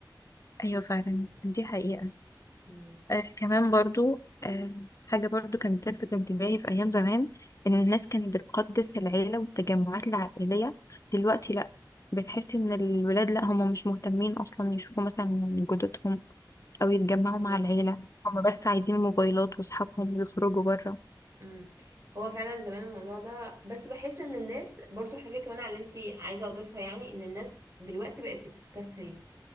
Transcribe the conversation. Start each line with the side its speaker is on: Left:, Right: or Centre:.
Left: ايوه فعلا دي حقيقه
Right: مم.
Left: آه كمان برضو آه حاجه برضو كانت تلفت انتباهي في ايام زمان ان الناس كانت بتقدس العيله والتجمعات العائليه دلوقتي لا بتحس ان الولاد لا هم مش مهتمين اصلا يشوفوا مثلا جدتهم أو يتجمعوا
Right: ايوه
Left: مع العيلة
Right: صح
Left: هم بس عايزين الموبايلات وأصحابهم ويخرجوا بره
Right: مم. هو فعلا زمان الموضوع ده بس بحس ان الناس برضو حاجة كمان على اللي انتي عايزة اضيفها يعني ان الناس دلوقتي بقت بتستسهل